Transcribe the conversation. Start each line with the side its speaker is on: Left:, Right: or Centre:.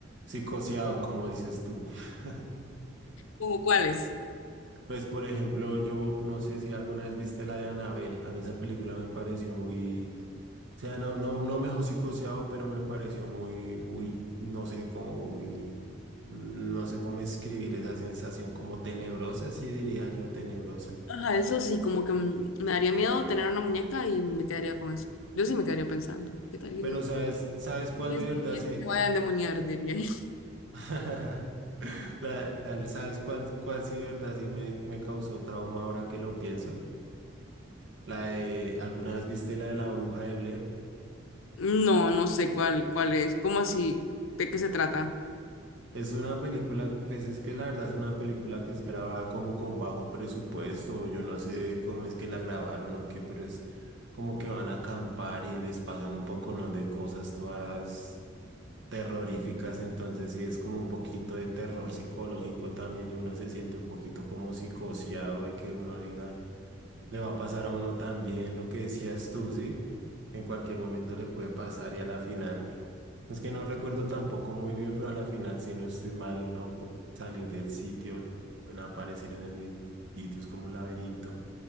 Right: psicoseado, como dices tú. <laughs>
Left: ¿Cómo cuáles?
Right: Pues, por ejemplo, yo no sé si alguna vez viste la de Anabel. A mí esa película me pareció muy... O sea, no, no, no me dejó psicoseado, pero me pareció muy, muy, no sé, como muy, no sé cómo escribir esa sensación, como tenebrosa, sí diría yo, tenebrosa.
Left: Ajá, eso sí, como que mm, me daría miedo tener una muñeca y me quedaría con eso. Yo sí me quedaría pensando, ¿qué tal y
Right: Pero
Left: qué tal
Right: sabes, ¿sabes cuál
Left: y
Right: de
Left: esas
Right: verdad
Left: muñecas
Right: sí?
Left: se vayan a endemoniar, diría yo. <laughs>
Right: <laughs> La, al- ¿sabes cuál, cuál sí de verdad sí me, me causó trauma ahora que lo pienso? La de, ¿alguna vez viste la de la bruja de Blair?
Left: No, no sé cuál, cuál es, ¿cómo así? ¿De qué se trata?
Right: Es una película, pues es que la verdad es una película que es grabada como con bajo presupuesto, o yo no sé cómo es que la grabaron o qué, pero es como que van a acampar y les pasan un poconón de cosas todas terroríficas, entonces sí es como un poquito de terror psicológico también y uno se siente un poquito como psicoseado de que uno diga, le va a pasar a uno también lo que decías tú, ¿sí? En cualquier momento le puede pasar y a la final. Es que no recuerdo tampoco muy bien, pero a la final, si no estoy mal, no puedo salir del sitio, no pueden aparecer en el mismo sitio, es como un laberinto.